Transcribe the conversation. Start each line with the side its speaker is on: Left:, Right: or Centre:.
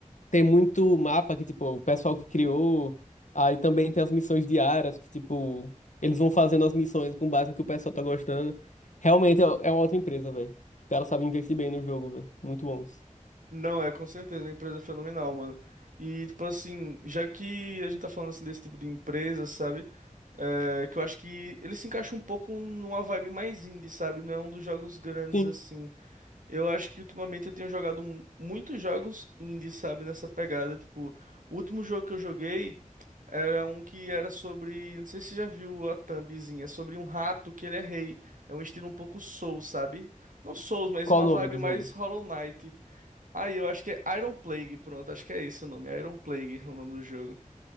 Left: tem muito mapa que, tipo, o pessoal que criou. Aí também tem as missões diárias, que, tipo, eles vão fazendo as missões com base no que o pessoal tá gostando. Realmente é, é uma outra empresa, véi. O cara sabe investir bem no jogo, véi. Muito bons.
Right: Não, é com certeza, uma empresa é fenomenal, mano. E, tipo assim, já que a gente tá falando assim desse tipo de empresa, sabe? É, que eu acho que ele se encaixa um pouco numa vibe mais indie, sabe? Não é um dos jogos grandes
Left: Sim.
Right: assim. Eu acho que ultimamente eu tenho jogado mu- muitos jogos indie, sabe, nessa pegada. Tipo, o último jogo que eu joguei era um que era sobre. Não sei se você já viu a thumbzinha, sobre um rato que ele é rei. É um estilo um pouco Soul, sabe? Não Souls, mas
Left: Qual
Right: uma
Left: o nome
Right: vibe
Left: do
Right: mais
Left: jogo?
Right: Hollow Knight. Aí eu acho que é Iron Plague, pronto, acho que é esse o nome, Iron Plague, é o nome do jogo.